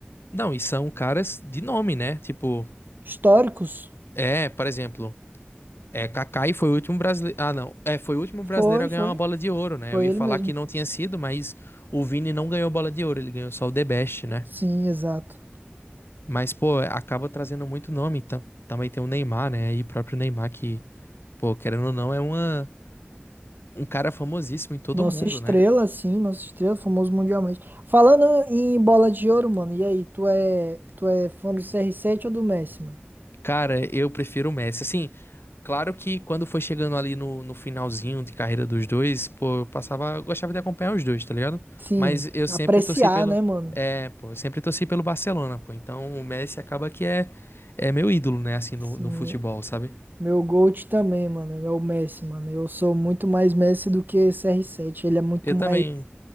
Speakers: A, on the left (about 70°); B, on the right (about 50°).
A: Não, e são caras de nome, né? Tipo,
B: Históricos?
A: é, por exemplo, é, Kaká foi o último brasileiro. Ah, não. É, foi o último brasileiro
B: Foi,
A: a ganhar
B: foi,
A: uma bola de ouro, né?
B: foi
A: Eu ia
B: ele
A: falar
B: mesmo.
A: que não tinha sido, mas o Vini não ganhou bola de ouro, ele ganhou só o The Best, né?
B: Sim, exato.
A: Mas, pô, acaba trazendo muito nome. Tam- Também tem o Neymar, né? E o próprio Neymar que, pô, querendo ou não, é uma, um cara famosíssimo em todo
B: Nossa
A: mundo,
B: estrela,
A: né?
B: sim, nossa estrela, famoso mundialmente. Falando em bola de ouro, mano, e aí, tu é, tu é fã do CR7 ou do Messi, mano?
A: Cara, eu prefiro o Messi. Assim, claro que quando foi chegando ali no, no finalzinho de carreira dos dois, pô, eu passava, eu gostava de acompanhar os dois, tá ligado?
B: Sim,
A: Mas eu
B: apreciar,
A: sempre torci pelo,
B: né, mano?
A: é, pô, eu sempre torci pelo Barcelona, pô. Então o Messi acaba que é, é meu ídolo, né, assim, no,
B: Sim,
A: no futebol, sabe?
B: meu GOAT também, mano, é o Messi, mano. Eu sou muito mais Messi do que CR7. Ele é muito
A: Eu
B: mais
A: também.